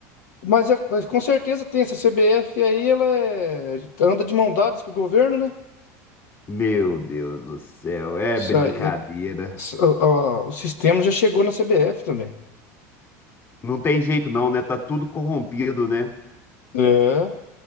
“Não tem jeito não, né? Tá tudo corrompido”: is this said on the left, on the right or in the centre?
Left